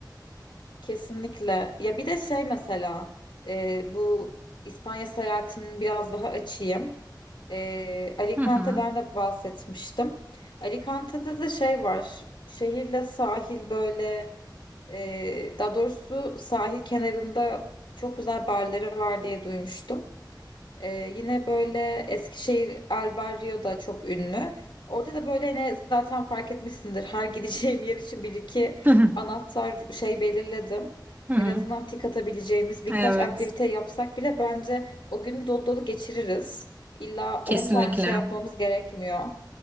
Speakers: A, on the left; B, on the right.
A: Kesinlikle. Ya bir de şey mesela e, bu İspanya seyahatimini biraz daha açayım. E, Alicante'den
B: Hı hı.
A: de bahsetmiştim. Alicante'de de şey var. Şehirle sahil böyle e, daha doğrusu sahil kenarında çok güzel barları var diye duymuştum. Ee, yine böyle Eskişehir El Barrio da çok ünlü. Orada da böyle hani zaten fark etmişsindir. <laughs> Her gideceğim yer için bir iki
B: Hı hı.
A: anahtar şey belirledim.
B: Hı hı.
A: En azından tik atabileceğimiz birkaç
B: Evet.
A: aktivite yapsak bile bence o günü dolu dolu geçiririz. İlla
B: Kesinlikle.
A: 10 tane şey yapmamız gerekmiyor.